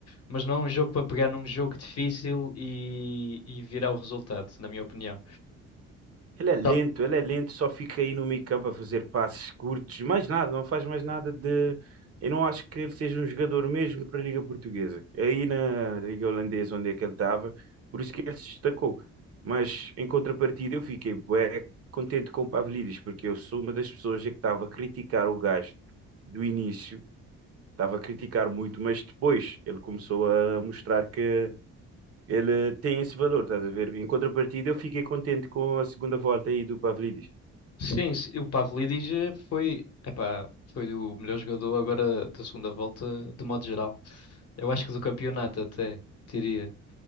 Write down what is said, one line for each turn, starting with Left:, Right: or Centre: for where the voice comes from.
Left: mas não é um jogo para pegar num jogo difícil e, e virar o resultado, na minha opinião.
Right: Ele é lento,
Left: Tá-
Right: ele é lento, só fica aí no meio-campo a fazer passes curtos, mais nada, não faz mais nada de. Eu não acho que ele seja um jogador mesmo para a Liga Portuguesa. É Aí na Liga Holandesa, onde é que ele estava, por isso que ele se destacou. Mas em contrapartida, eu fiquei bué contente com o Pavlidis, porque eu sou uma das pessoas que estava a criticar o gajo do início, estava a criticar muito, mas depois ele começou a mostrar que ele tem esse valor, estás a ver? Em contrapartida, eu fiquei contente com a segunda volta aí do Pavlidis.
Left: Sim, sim, o Pavlidis eh, foi, epá, foi o melhor jogador agora da segunda volta, de modo geral. Eu acho que do campeonato até, diria.